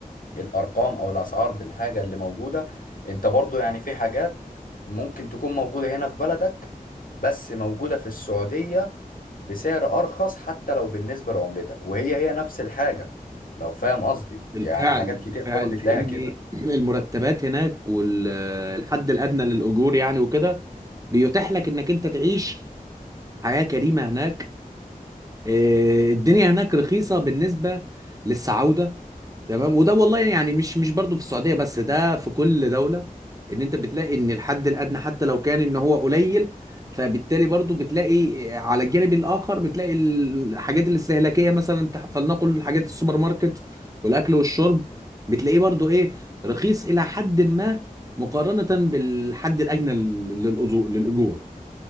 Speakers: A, on the left; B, on the right.
A: الأرقام أو الأسعار بالحاجة اللي موجودة انت برضو يعني في حاجات ممكن تكون موجودة هنا في بلدك بس موجودة في السعودية بسعر أرخص حتى لو بالنسبة لعملتك وهي هي نفس الحاجة لو فاهم قصدي
B: بالفعل
A: يعني حاجات
B: بالفعل
A: كتير قوي بتلاقيها كده
B: لان المرتبات هناك والحد الادنى للاجور يعني وكده بيتيح لك انك انت تعيش حياه كريمه هناك آه، الدنيا هناك رخيصة بالنسبة للسعودة تمام وده والله يعني مش مش برضو في السعودية بس ده في كل دولة ان انت بتلاقي ان الحد الادنى حتى لو كان ان هو قليل فبالتالي برضو بتلاقي على الجانب الاخر بتلاقي الحاجات الاستهلاكية مثلا تح- فلنقل حاجات السوبر ماركت والاكل والشرب بتلاقيه برضو ايه رخيص الى حد ما مقارنة بالحد الاجنى للأجور للأجور